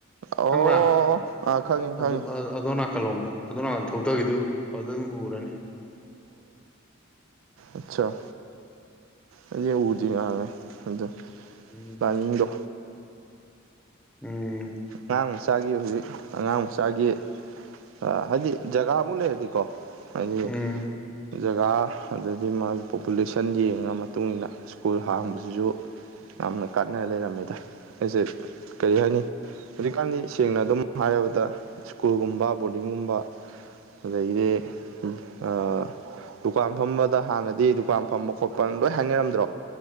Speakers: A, on the right; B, in the centre.
A: ꯑꯣ
B: ꯈꯪꯕ꯭ꯔꯥ
A: ꯑꯥ ꯈꯪꯉꯦ ꯈꯪꯉꯦ
B: ꯑꯗꯨ ꯑ ꯑꯗꯣ ꯅꯥꯀꯜꯂꯣꯝꯗ ꯑꯗꯣ ꯅꯥꯀꯟ ꯊꯧꯗꯒꯤꯗꯨꯕ ꯑꯗꯨꯗ ꯑꯗꯨꯝ ꯎꯔꯅꯤ
A: ꯑꯠꯆꯥꯥ ꯑꯩꯗꯤ ꯎꯗꯤ ꯉꯥꯡꯉꯦ ꯑꯗ
B: ꯎꯝ
A: ꯄ꯭ꯂꯥꯅꯤꯡꯗꯣ
B: ꯎꯝ
A: ꯑꯉꯥꯡ ꯃꯆꯥꯒꯤ ꯍꯧꯖꯤꯛ ꯑꯉꯥꯡ ꯃꯆꯥꯒꯤ ꯑ ꯍꯥꯏꯗꯤ ꯖꯒꯥꯕꯨ ꯂꯩꯔꯗꯤ ꯀꯣ ꯍꯥꯏꯗꯤ
B: ꯎꯝ
A: ꯖꯒꯥ ꯑꯗꯒꯤ ꯃꯥꯒꯤ ꯄꯣꯄꯨꯂꯦꯁꯟ ꯌꯦꯡꯉꯒ ꯃꯇꯨꯡꯗ ꯁ꯭ꯀꯨꯜ ꯍꯥꯡꯕꯖꯤꯁꯨ ꯌꯥꯝꯅ ꯀꯥꯟꯅ ꯂꯩꯔꯝꯃꯦꯗ ꯑꯩꯖꯦ ꯀꯩ ꯍꯥꯏꯅꯤ ꯍꯧꯖꯤꯛꯀꯥꯟꯗꯤ ꯁꯦꯡꯅ ꯑꯗꯨꯝ ꯍꯥꯏꯔꯕꯗ ꯁ꯭ꯀꯨꯜꯒꯨꯝꯕ ꯕꯣꯔꯗꯤꯡꯒꯨꯝꯕ ꯑꯗꯩꯗꯤ <unintelligible> ꯑ ꯗꯨꯀꯥꯟ ꯐꯝꯕꯗ ꯍꯥꯟꯅꯗꯤ ꯗꯨꯀꯥꯟ ꯐꯝꯕ ꯈꯣꯠꯄꯅ ꯂꯣꯏ ꯍꯥꯏꯅꯔꯝꯗ꯭ꯔꯣ